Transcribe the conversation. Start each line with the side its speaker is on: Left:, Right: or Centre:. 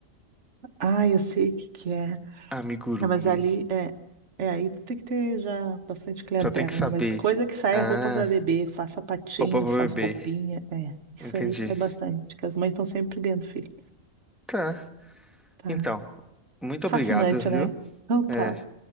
Right: Ah, eu sei o que que é.
Centre: Amigurumi.
Right: Não, mas ali é, é aí tu tem que ter já bastante clientela,
Centre: Só tem que saber.
Right: mas coisa que sai
Centre: Ah,
Right: é roupa para bebê, faz sapatinho,
Centre: roupa pra
Right: faz
Centre: bebê.
Right: roupinha, é, isso
Centre: Entendi.
Right: aí sai bastante, que as mães estão sempre vendo filho.
Centre: Tá.
Right: Tá.
Centre: Então, muito
Right: Fascinante,
Centre: obrigado, viu?
Right: né? Não tá.
Centre: É,